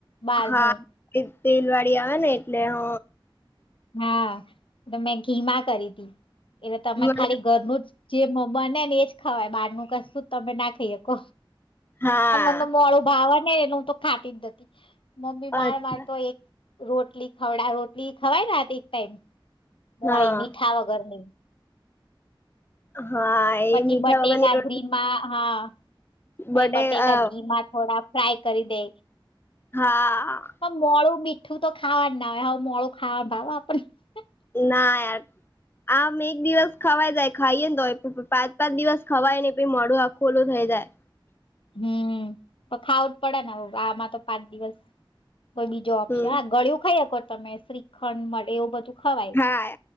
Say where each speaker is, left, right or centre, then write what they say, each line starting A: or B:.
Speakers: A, on the left; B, on the left.
A: બહારનું
B: હા તેલવાડી આવે ને એટલે હ
A: હા એ મેં ઘીમા કરી હતીી એલે તમે
B: મને
A: ખાલી ઘરનું જ જે બને ને એજ ખાવાય બાર નું કે શું તમે ના ખાઈ શકો.
B: હા
A: અને મતલ મોડું ભાવ ને એનું હ તો ખાટી જ હતી મમ્મી
B: અચ્છા
A: માર માર તો એક રોટલી ખવડા રોટલી ખવાય ના એક ટાઈમ મોડી
B: હા
A: મીઠા વગર ની
B: હા
A: પછી
B: એ મીઠા
A: બટેકા
B: વગરની રોટલી
A: ઘીમા હા પછ
B: બટે
A: બટેકા
B: અ
A: ઘીમા થોડા ટ્રાય કરી દે
B: હા.
A: પણ મોડું મીઠું તો ખાવા ના હોય હવે મોડું ખાવાનું ભાવ આપ
B: ના. આમ એક દિવસ ખવાય જાય ખાઈએને તો હોય પાંચ પાંચ દિવસ ખવાય ને પ મોડું આ ખોલ્લું થાય જાય <unintelligible>
A: હમ તો ખાવું જ પડે ને આમાં તો પાંચ દિવસ કોઈ બીજો ઓપ્શન
B: હમ
A: હા ગળિું ખાઈ શકો તમે શ્રીખંડ મળે એવું બધું. ખવાય
B: હા